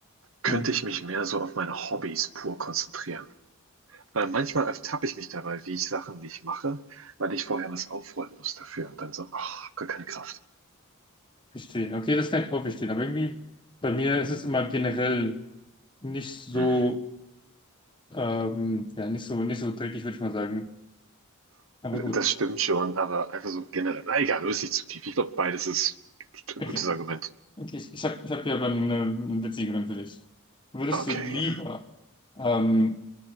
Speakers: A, on the right; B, on the left.
A: könnte
B: Hm,
A: ich mich mehr so auf meine Hobbys pur konzentrieren. Weil manchmal ertappe ich mich dabei, wie ich Sachen nicht mache, weil ich vorher was aufräumen muss dafür. Und dann so, ach, gar keine Kraft.
B: verstehe. Okay, das kann ich auch verstehen. Aber irgendwie, bei mir ist es immer generell nicht so,
A: Mhm.
B: ähm, ja, nicht so, nicht so dreckig, würde ich mal sagen. Aber gut.
A: Das stimmt schon, aber einfach so generell. Na egal, löst sich zu tief. Ich glaube, beides ist ein
B: Okay.
A: gutes Argument.
B: Okay, ich, ich habe ich hab hier aber eine, eine witzigeren für dich. Würdest
A: Okay.
B: du lieber ähm,